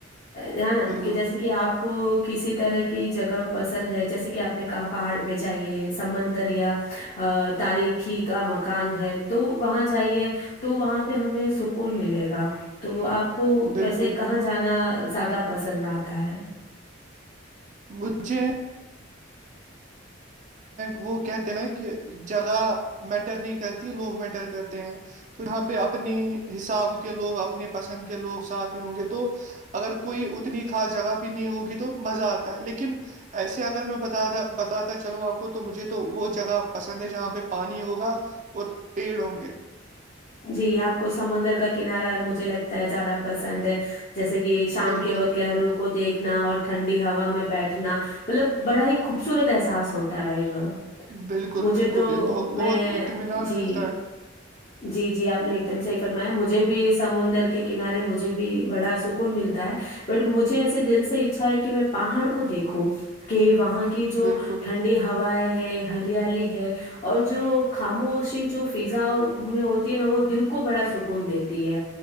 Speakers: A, on the left; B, on the right.
A: جا نا
B: بالکل
A: کہ جیسے کہ آپ کو کسی طرح کی جگہ پسند ہے جیسے کہ آپ نے کہاں پہاڑ پہ جائیے سمندر یا تاریخی کام کان ہے تو وہاں جائیے تو وہاں پہ ہمیں سکون ملے گا تو آپ کو
B: بالکل
A: ویسے کہاں جانا زیادہ پسند آتا ہے
B: مجھے وہ کہتے نہ کہ جگہ میٹر نہیں کرتی لوگ میٹر کرتے ہیں تو یہاں پہ آپ اپنے حساب کے لوگ اپنے پسند کے لوگ ساتھ میں ہوں گے تو اگر کوئی اتنی خاص جگہ بھی نہیں ہوگی تو مزہ آتا ہے لیکن ایسے اگر میں بتا تھا بتاتا چلوں آپ کو تو مجھے تو وہ جگہ پسند ہے جہاں پہ پانی ہوگا اور پڑھ ہونگے
A: جی آپ کو سمندر کا کنارہ مجھے لگتا ہے زیادہ پسند ہے جیسے کہ شام
B: بالکل
A: کے وقت لہروں کو دیکھنا اور ٹھنڈی ہوا میں بیٹھنا مطلب بڑا ہی خوبصورت احساس ہوتا ہے وہ
B: بالکل
A: مجھے
B: بالکل
A: تو
B: بہت
A: میں
B: بہت اطمینان
A: جی
B: ملتا ہے
A: جی جی آپ نے ایک دم صحیح فرمایا مجھے بھی سمندر کے کنارے مجھے بھی بڑا سکون ملتا ہے بٹ مجھے ایسے دل سے اچھا ہے کہ میں پہاڑ کو دیکھوں کہ وہاں کہ جو
B: بالکل
A: ٹھنڈی ہے ہوائ ہے ہریالی ہے اور جو خاموشی جو فضا میں ہوتی ہے نا وہ دل کو بڑا سکون دیتی ہے